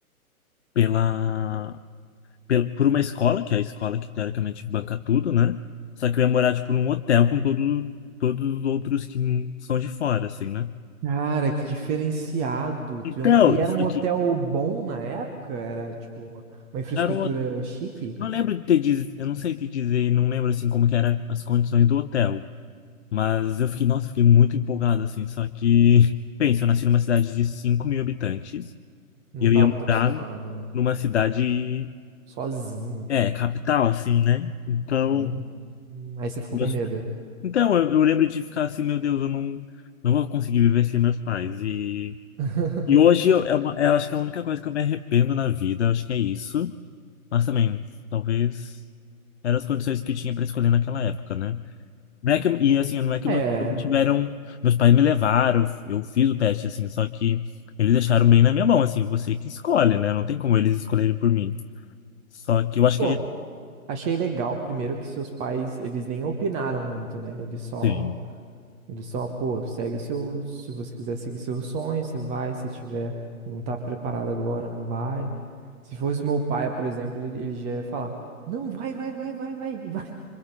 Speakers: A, on the left; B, on the right.
A: pela, pel- por uma escola, que é a escola que teoricamente banca tudo, né? Só que eu ia morar, tipo, num hotel com todo, todos os outros que são de fora, assim, né?
B: Cara, que diferenciado.
A: Então,
B: Tu ia mo- E era
A: só
B: um hotel
A: que.
B: bom na época? Era tipo uma, uma infraestrutura
A: Garoto,
B: chique?
A: não lembro de ter diz, eu não sei te dizer, não lembro assim como que eram as condições do hotel, mas eu fiquei, nossa, fiquei muito empolgado assim, só que, <laughs> pensa, eu nasci numa cidade de 5 mil habitantes
B: Não
A: e eu
B: tava
A: ia morar
B: muito acostumado, né?
A: numa cidade,
B: Sozinho.
A: é, capital assim, né? Então,
B: Hum. Hum, Aí você ficou
A: meus-
B: com medo.
A: então eu, eu lembro de ficar assim, meu Deus, eu não, não vou conseguir viver sem meus pais e
B: <laughs>
A: e hoje eu, é uma, eu acho que é a única coisa que eu me arrependo na vida, acho que é isso, mas também, talvez. eram as condições que tinha para escolher naquela época, né? Não é que, e assim, não é que
B: É.
A: meus pais tiveram, meus pais me levaram, eu fiz o teste assim, só que eles deixaram bem na minha mão, assim, você que escolhe, né? Não tem como eles escolherem por mim. Só que eu acho
B: Pô,
A: que é
B: achei legal primeiro que seus pais, eles nem opinaram muito, né? Eles só,
A: sim.
B: eles só, pô, segue o seu, se você quiser seguir seu sonho, você vai, se tiver, não tá preparado agora, não vai. Se fosse meu pai, por exemplo, ele, ele já ia falar, não, vai, vai, vai, vai, vai, <laughs> vai,